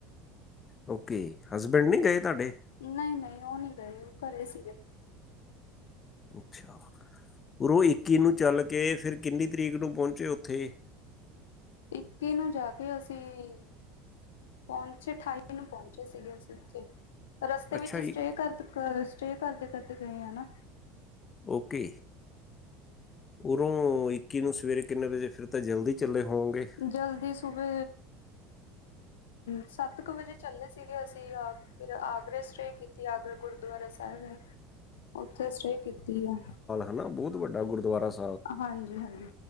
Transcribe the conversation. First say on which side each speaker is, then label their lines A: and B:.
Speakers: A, on the left (about 30°); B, on the left (about 70°).
A: ਓਕੇ ਹਸਬੈਂਡ ਨਹੀਂ ਗਏ ਤੁਹਾਡੇ।
B: ਨਹੀਂ ਨਹੀਂ ਉਹ ਨਹੀਂ ਗਏ ਉਹ ਘਰੇਂ ਸੀਗੇ।
A: ਅੱਛਾ, ਉਰੋ ਇੱਕੀ ਨੂੰ ਚੱਲ ਕੇ ਫਿਰ ਕਿੰਨੀ ਤਰੀਕ ਨੂੰ ਪਹੁੰਚੇ ਉੱਥੇ।
B: ਇੱਕੀ ਨੂੰ ਜਾ ਕੇ ਅਸੀਂ। ਪਹੁੰਚੇ ਅਠਾਈ ਨੂੰ ਪਹੁੰਚੇ ਸੀਗੇ ਅਸੀਂ ਉੱਥੇ। ਰਸਤੇ
A: ਅੱਛਾ
B: ਵਿੱਚ ਸਟੇਅ
A: ਜੀ
B: ਕਰਦੇ ਸਟੇਅ ਕਰਦੇ ਕਰਦੇ ਗਏ ਹੈ ਨਾ।
A: ਓਕੇ। ਉਰੋਂ ਇੱਕੀ ਨੂੰ ਸਵੇਰੇ ਕਿੰਨੇ ਵਜੇ, ਫਿਰ ਤਾਂ ਜਲਦੀ ਚੱਲੇ ਹੋਵਗੇ।
B: ਜਲਦੀ ਸੁਬੇ, ਸੱਤ ਕੁ ਵਜੇ ਚੱਲੇ ਸੀਗੇ ਅਸੀਂ। ਫਿਰ ਆਗਰੇ ਸਟੇਅ ਕੀਤੀ ਆਗਰਾ ਗੁਰਦੁਆਰਾ ਸਾਹਿਬ ਹੈ। ਉੱਥੇ ਸਟੇਅ ਕੀਤੀ ਆ।
A: ਹਨਾ ਬਹੁਤ ਵੱਡਾ ਗੁਰਦੁਆਰਾ ਸੀ।
B: ਹਾਂਜੀ ਹਾਂਜੀ,